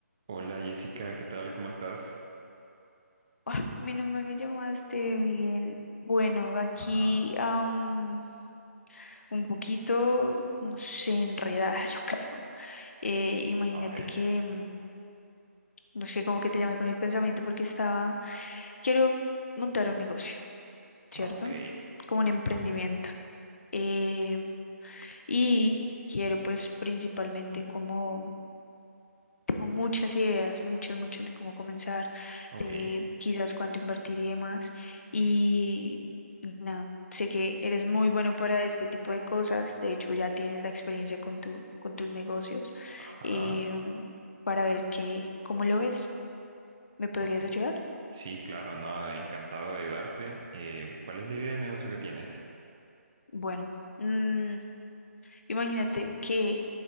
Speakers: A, on the right; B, on the left.
A: Hola Jessica, ¿qué tal? ¿Cómo estás?
B: Ay, menos mal me llamaste, Miguel. Bueno, aquí
A: Ajá,
B: am, un poquito, no sé, enredada, <laughs> yo creo. Eh, imagínate
A: Ok,
B: que, mm, no sé, como que te llamé con el pensamiento porque estaba, quiero montar un negocio, ¿cierto?
A: ok,
B: Como un emprendimiento. Eh, y quiero pues principalmente como tengo muchas ideas, muchas, muchas de cómo comenzar,
A: ok,
B: de quizás cuánto invertir y demás. Y, y nada, sé que eres muy bueno para este tipo de cosas. De hecho, ya tienes la experiencia con tu, con tus negocios,
A: ajá,
B: em, para ver que, cómo lo ves. ¿Me podrías
A: ok.
B: ayudar?
A: Sí, claro, no, encantado de ayudarte. Eh, ¿cuál es la idea de negocio que tienes?
B: Bueno, mm, imagínate que